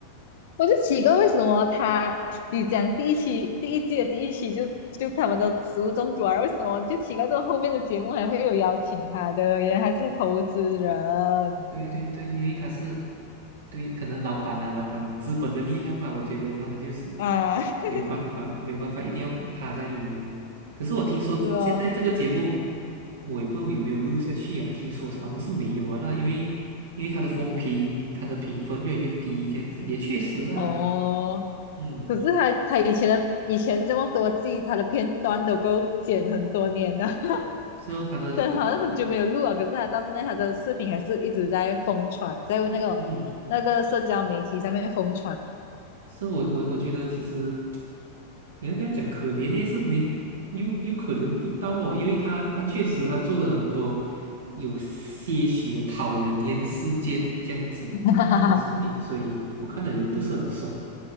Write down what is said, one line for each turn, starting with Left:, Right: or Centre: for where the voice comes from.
Left: 我就奇怪为什么他你讲第一期第一季的第一期就就他们都食物中毒啊，为什么就奇怪这种后面的节目还会有邀请他的？原来还是投资人
Right: 对对对，因为他是对，可能老板啊，老板资本的力量吧，我觉得他们就是
Left: 啊，<laughs>
Right: 没有办法，没有办法，一定要他在里面。可是我听说现在这个节目，
Left: 是哦，
Right: 我也不知道有没有录下去啊，听说好像是没有啊那因为因为他的风评，他的评分越来越低，这样子也确实啦，
Left: 哦，
Right: 嗯，
Left: 可是他他以前的以前这么多季，他的片段都够剪很多年了，<laughs>
Right: 是哦，他的，
Left: 虽然好像很久没有录了，可是他到现在他的视频还是一直在疯传，在那个那个社交媒体上面疯传，
Right: 嗯，是我我我觉得其实。你要这样讲可怜呢，是没又又可怜不到哦，因为他他确实他做了很多有些许的讨人厌事件这样子，
Left: <laughs>
Right: 那所以所以我看了又不是很爽，